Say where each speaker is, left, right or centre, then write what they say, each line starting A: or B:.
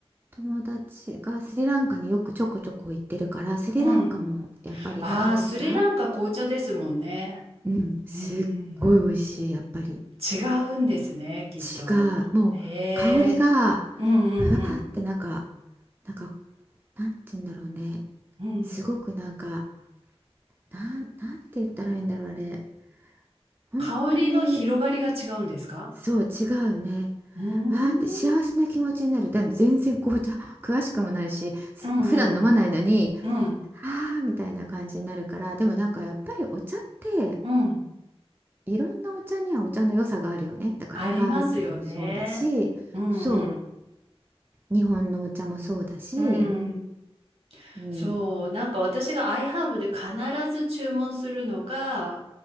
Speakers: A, on the right (about 20°); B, on the right (about 70°).
A: 友達がスリランカによくちょこちょこ行ってるからスリランカもやっぱり紅茶
B: うん。うん。ああ、スリランカ紅茶ですもんね。
A: うんすっごい美味しいやっぱり。
B: うん。違うんですね、きっと。
A: 違う。もう香りが
B: へえ。うんうん
A: ふわーってなんか、なんか、なんて言うんだろうね。
B: うん。うん。
A: すごくなんか、なん、なんて言ったらいいんだろう、あれ。本当に、
B: 香りの広がりが違うんですか
A: そう、違うね。
B: うーん。
A: わーって幸せな気持ちになる。で全然紅茶詳しくもないし、す普段飲まないのに、
B: うんうん。うん。
A: あーみたいな感じになるから、でもなんかやっぱりお茶って、
B: うん。
A: いろんなお茶にはお茶の良さがあるよね。だからハーブティーもそうだし、
B: ありますよね。うんうん。
A: そう。日本のお茶もそうだし、
B: うん。
A: うん、
B: そう。なんか私が iHerb で必ず注文するのが